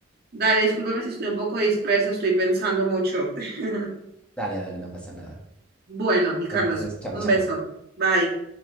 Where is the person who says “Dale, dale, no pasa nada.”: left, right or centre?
Centre